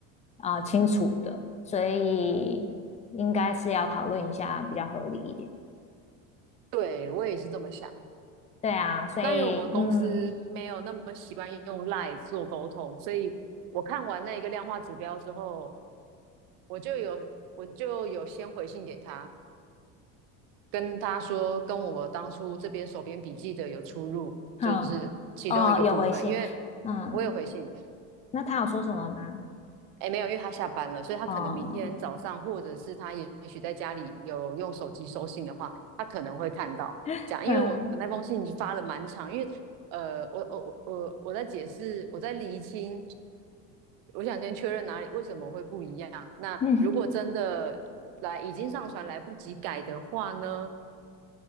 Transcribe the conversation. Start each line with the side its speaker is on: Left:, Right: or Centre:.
Left: 啊、呃清楚的，所以应该是要讨论一下比较合理一点，
Right: 对我也是这么想。
Left: 对啊，所以嗯
Right: 那因为我们公司没有那么习惯用 LINE 做沟通，所以我看完那个量化指标之后，我就有我就有先回信给他，跟他说跟我当初这边手边笔记的有出入，
Left: 哼，
Right: 就是其中一个部分，
Left: 哦，有回信，
Right: 因为
Left: 嗯，
Right: 我有回信，
Left: 那他有说什么吗？
Right: 哎，没有，因为他下班了，所以他可能明天早上，
Left: 哦、
Right: 或者是他也也许在家里有用手机收信的话，他可能会看到这样，
Left: <laughs> 嗯
Right: 因为我那封信发了蛮长，因为呃，我我我我在解释，我在厘清。我想先确认哪里为什么会不一样。那如果真的来已经上传来不及改的话呢？
Left: 嗯